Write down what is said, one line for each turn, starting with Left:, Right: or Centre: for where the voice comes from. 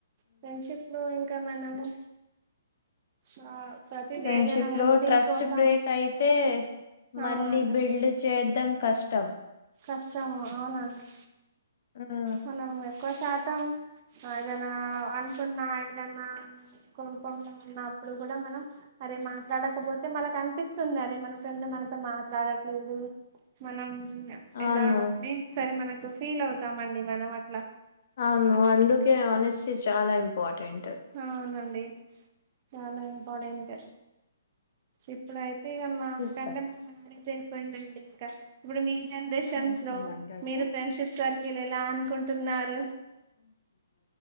Right: ఫ్రెండ్షిప్ లో ఇంక మనము ఆ ప్రతిది
Left: ఫ్రెండ్షిప్
Right: ఏదైనా హెల్పింగ్
Left: లో ట్రస్ట్
Right: కోసం
Left: బ్రేక్ అయితే మళ్ళీ
Right: అవునండి
Left: బిల్డ్ చేద్దం కష్టం
Right: కష్టము అవునండి
Left: ఉమ్
Right: మనం ఎక్కువ శాతం ఏదనా అనుకున్న ఏదన్నా కొనుకున్నా ఉన్నప్పుడు కూడ మనం అరే మాట్లాడకపోతే మనకు అనిపిస్తుంది అరే మన ఫ్రెం మనతో మాట్లాడట్లేదు మనం
Left: అవును
Right: ఎలాని క్సరి మనకు ఫీల్ అవుతామండి మనం అట్లా
Left: అవును అందుకే హానెస్టీ చాలా ఇంపార్టెంట్
Right: అవునండి చాలా ఇంపార్టెంట్ ఇప్పుడైత్ ఇగమాకంటే
Left: చెప్తా
Right: మాకు మ్యారేజ్ అయిపోయిందండి ఇంక ఇప్పుడు మీ జనరేషన్స్
Left: వర్షం వస్తుందండి
Right: లో
Left: అటు
Right: మీరు ఫ్రెండ్షిప్ సర్కిల్ ఎలా అనుకుంటున్నారు